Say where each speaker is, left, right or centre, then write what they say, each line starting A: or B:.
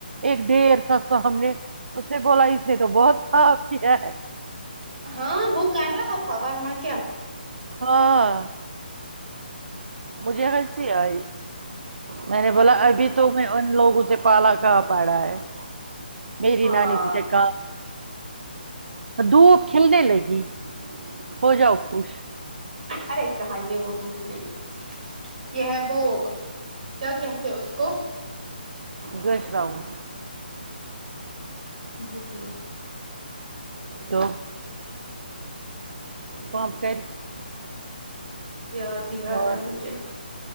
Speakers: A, on the right; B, on the right.
A: ایک ڈھیر سا سامنے اس نے بولا اس نے تو بہت صاف کیا ہے
B: ہاں وہ کر رہا تھا ورنہ کیا
A: ہاں مجھے ہنسی آئی میں نے
B: ورنہ
A: بولا ابھی تمہیں ان لوگوں سے پالا کہاں پڑا ہے میری
B: ہاں
A: نانی ٹھیک ہے کا دھوپ کھلنے لگی ہو جاؤ خوش
B: ارے کہاں یہ وہ دھوپ نہیں ہے یہ ہے وہ کیا کہتے اس کو
A: گش راؤ کیا
B: <unintelligible>
A: تو کام کر
B: یاد نہی ارا
A: اور
B: ہے مجھے